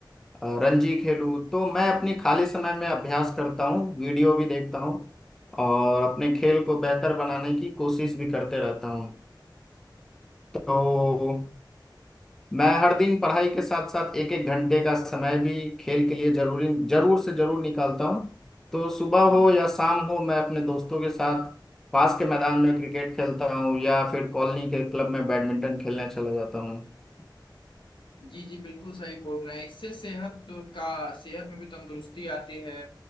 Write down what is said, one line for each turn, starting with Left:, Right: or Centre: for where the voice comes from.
Centre: अ, रणजी खेलूं तो मैं अपनी खाली समय में अभ्यास करता हूँ वीडियो भी देखता हूँ और अपने खेल को बेहतर बनाने की कोशिश भी करते रहता हूँ तो मैं हर दिन पढ़ाई के साथ साथ एक एक घंटे का समय भी खेल के लिए जरूरी जरूर से जरूर निकालता हूँ तो सुबह
Left: हम्म।
Centre: हो या शाम हो मैं अपने दोस्तों के साथ पास के मैदान में क्रिकेट खेलता हूँ या फिर कॉलोनी के क्लब में बैडमिंटन खेलने चला जाता हूँ
Left: जी जी बिल्कुल सही बोल रहे हैं इससे सेहत का सेहत में भी तंदुरुस्ती आती है